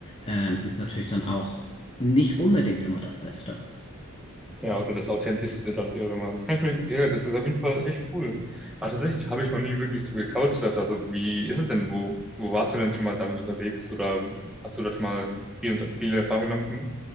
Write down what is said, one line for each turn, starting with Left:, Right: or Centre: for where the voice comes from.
Left: ähm, ist natürlich dann auch nicht unbedingt immer das Beste.
Centre: Ja, oder das Authentischste, das wäre mal. Das kann ich mir, ja, das ist auf jeden Fall echt cool. Aber tatsächlich habe ich noch nie wirklich so gecouchsurft. Also wie ist es denn? Wo, wo warst du denn schon mal damit unterwegs? Oder hast du da schon mal viel, unter- viele Erfahrungen damit gemacht?